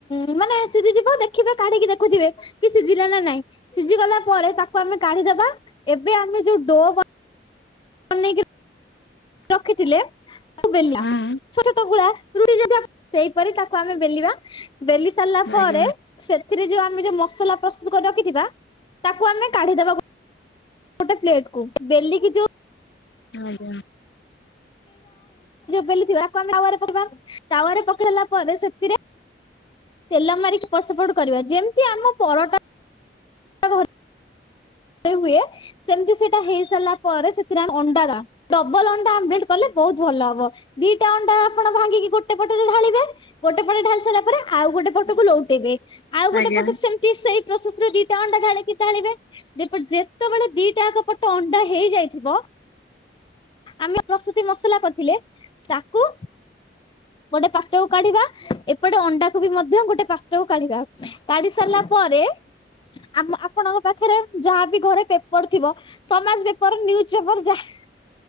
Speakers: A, on the left (about 25°); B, on the left (about 80°).
A: ଉଁ ମାନେ ସିଝି ଯିବ ଦେଖିବେ କାଢିକି ଦେଖୁଥିବେ କି ସିଝିଲା ନା ନାଇଁ ସିଝି ଗଲା ପରେ ତାକୁ ଆମେ କାଢିଦବା। ଏବେ ଆମେ ଯୋଉ ଡୋ ବନେ ବନେଇ କି ରଖିଥିଲେ ତାକୁ ବେଲିଆ
B: ହୁଁ
A: ଛୋଟ ଛୋଟ ଗୁଳା <unintelligible> <inaudible> ସେଇପରି ତାକୁ ଆମେ ବେଲିବା ବେଲି ସାରିଲା ପରେ
B: ଆଜ୍ଞା
A: ସେଥିରେ ଯୋଉ ଆମେ ଯୋଉ ମସଲା ପ୍ରସ୍ତୁତ କରି ରଖିଥିବା। ତାକୁ ଆମେ କାଢିଦେବାଗୋଟେ। ଗୋଟେ ପେଲ୍ଟକୁ ବେଲ କି ଯୋଉ
B: ଆଜ୍ଞା।
A: ବେଲି ପକେଇବା ତାୱରେ ପକେଇଲା ପରେ ସେଥିରେ ତେଲ ମାରିକି ଏପଟସେପଟ କରିବା ଯେମିତି ଆମ ପରଟା <inaudible> ଯେମିତି ହୁଏ ସେମତି ସେଇଟା ହେଇ ସାରିଲା ପରେ ସେଥିରେ ଆମେ ଅଣ୍ଡା ଦେବା। ଡବଲ ଅଣ୍ଡା ଆବ୍ଲେଟେ କଲେ ବହୁତ ଭଲ ହବ। ଦିଟା ଅଣ୍ଡା ଆପଣ ଭାଙ୍ଗି କି ଗୋଟେ- ଗୋଟେ ପଟରେ ଢାଲିବେଗୋଟେ ପଟ ଢାଳି ସାରିଲା ପରେ ଆଉ ଗୋଟେ ପଟକୁ ଲଉଟେଇବେ। ଆଉ ଗୋଟେ
B: ଆଜ୍ଞା।
A: ପଟ ସେମିତି ସେଇ ପ୍ରୋସେସ ଦିଟା ଅଣ୍ଡା ଢାଲିବେ। ଏପଟ ଯେତେବେଳେ ଦିଟା ଆଗପଟ ଅଣ୍ଡା ହେଇଯାଇଥିବ। ଆମେ ପ୍ରସୂତି ମସଲା କରିଥିଲେ ତାକୁ, ଗୋଟେ ପାତ୍ରକୁ କାଢିବା। ଏପଟେ ଅଣ୍ଡାକୁ ବି ମଧ୍ୟ ଗୋଟେ ପାତ୍ରକୁ କାଢିବା। କାଢି ସାରିଲା ପରେ, ଆମେ ଆପଣଙ୍କ ପାଖରେ- ଯାହାବି ଘରେ ପେପର ଥିବ ସମାଜ ପେପର ନିଉଜୁ ପେପର ଯାହା